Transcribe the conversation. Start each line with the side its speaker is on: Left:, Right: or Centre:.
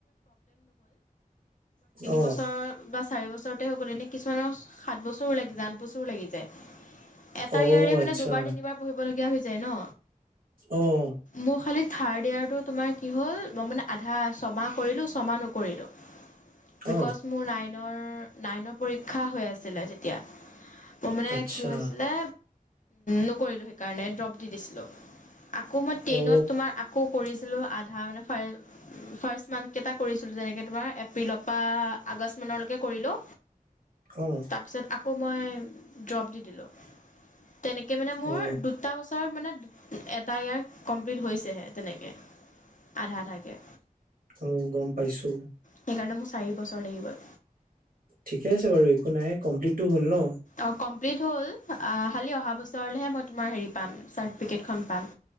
Right: অ
Left: বছৰ বা চাৰি বছৰ, বছৰতে হৈ গ'লে এনে কিছুমানৰ সাত বছৰো লাগি যাই আঠ বছৰো লাগিছে তে এটা
Right: অ
Left: ইয়াৰে
Right: আচ্ছা
Left: মানে দুবাৰ তিনিবাৰ পঢ়িবলগীয়া হৈ হৈছে যে ন
Right: অহ
Left: মোৰ খালী থাৰ্ড ইয়েৰটো তোমাৰ কি হ'ল মই মানে আধা ছমাহ কৰিলোঁ ছমাহ নকৰিলোঁ। বিক্জ
Right: অ
Left: মোৰ না নাইনৰ পৰীক্ষা হৈ আছিল তেতিয়া। ত মানে
Right: আচ্ছা
Left: কি হৈছিলে নকৰিলোঁ সেইকাৰণে ড্ৰপ দি দিছিলোঁ আকৌ ট্ৰেইনত
Right: অ',
Left: তোমাৰ আকৌ পৰিছে <unintelligible> আধা মানে ফাইল ফ্ৰাষ্ট মান্থ কেইটা কৰিছিলো যেনেকে তোমাৰ এপ্ৰি বিলপা আগষ্টমানলৈকে কৰিলোঁ
Right: অ',
Left: তাৰপিছত আকৌ মই ড্ৰপ দি দিলোঁ। তেনেকৈ মানে মোৰ
Right: অ',
Left: দুটা বছৰত মানে এটা এইয়াৰ কমপ্লিট হৈছেহে তেনেকে, আধা আধাকে
Right: অঁ গম পাইছোঁ
Left: সেইকাৰণে মোৰ চাৰি বছৰ লাগি গ'ল।
Right: ঠিকে আছে বাৰু একো নাই কমপ্লিটটো হল ন <inaudible>
Left: অ কমপ্লিট হ'ল খালী অহা বছৰলেহে মই তোমাৰ হেৰি পাম চাৰ্টিফিকেটখন পাম।